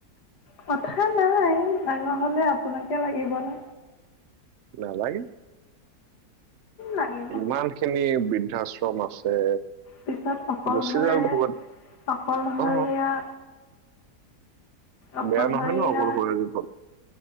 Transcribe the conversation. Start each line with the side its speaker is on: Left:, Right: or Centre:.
Left: কথা নাই ডাঙৰ হলে আপোনাকে লাগিব ন
Right: নালাগে
Left: লাগিব
Right: ইমান খিনি বৃদ্ধাশ্ৰম আছে
Left: পিছত অকলশৰে
Right: গুচি যাওক ক'ৰবাত
Left: অকলশৰীয়া
Right: অ
Left: অকলশৰীয়া
Right: বেয়া নহয় ন অকলে কৰি দিব?